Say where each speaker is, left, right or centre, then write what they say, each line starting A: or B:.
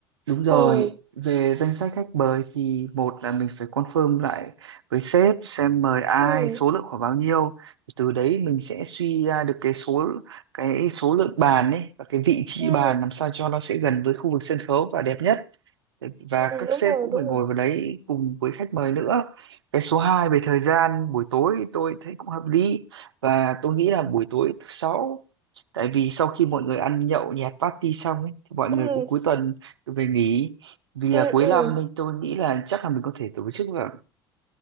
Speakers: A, on the right; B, on the right.
A: Đúng rồi,
B: ôi
A: về danh sách khách mời thì một là mình phải confirm lại với sếp xem mời ai,
B: ừ
A: số lượng khoảng bao nhiêu. Từ đấy mình sẽ suy ra được cái số cái số lượng bàn ấy và cái vị trí
B: ừ
A: bàn làm sao cho nó sẽ gần với khu vực sân khấu và đẹp nhất và
B: ừ,
A: các
B: đúng
A: sếp
B: rồi
A: cũng
B: đúng
A: phải ngồi
B: rồi
A: vào đấy cùng với khách mời nữa cái số hai về thời gian buổi tối tôi thấy cũng hợp lý và tôi nghĩ là buổi tối thứ sáu tại vì sau khi mọi người ăn nhậu nhẹt party xong ấy, thì mọi người
B: ừ
A: cũng cuối tuần về nghỉ vì
B: ừ
A: là cuối
B: ừ
A: năm nên tôi nghĩ là chắc là mình có thể tổ chức vào